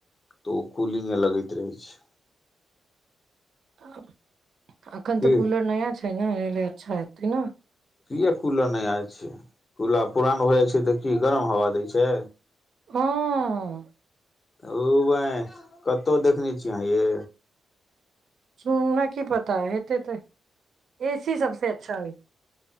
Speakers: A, on the left (about 30°); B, on the right (about 55°).
A: तऽ ओ कूलिंगे लगैत रहै छै
B: त अखन
A: की
B: त कूलर नया छै ने एहि ल अच्छा हेतै ने
A: किए कूलर नया छै कूल पुरान हो जाइ छै तऽ की गरम हवा दै छै
B: हं
A: ओ बंहि कत्त देखने छियै अहां यै
B: सुनना की पता हेते तऽ एसी सबस अच्छा ह